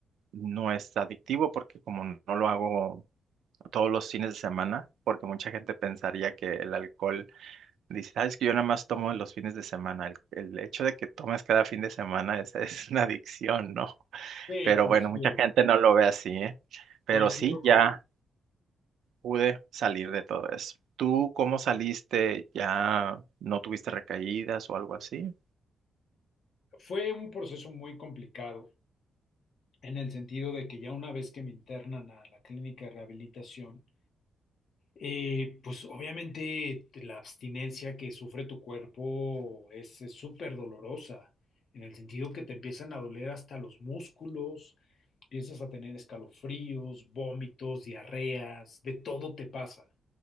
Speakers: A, on the right; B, on the left.
A: no es adictivo porque como no lo hago todos los fines de semana, porque mucha gente pensaría que el alcohol dice, ah, es que yo nada más tomo los fines de semana. El, el hecho de que tomes cada fin de semana es, <laughs> es una adicción, ¿no?
B: Sí,
A: Pero
B: coincido,
A: bueno, mucha gente no lo ve así, ¿eh?
B: coincido
A: Pero sí,
B: con...
A: ya pude salir de todo eso. ¿Tú cómo saliste? ¿Ya no tuviste recaídas o algo así?
B: Fue un proceso muy complicado en el sentido de que ya una vez que me internan a la clínica de rehabilitación, Eh, pues obviamente la abstinencia que sufre tu cuerpo es es súper dolorosa, en el sentido que te empiezan a doler hasta los músculos, empiezas a tener escalofríos, vómitos, diarreas, de todo te pasa.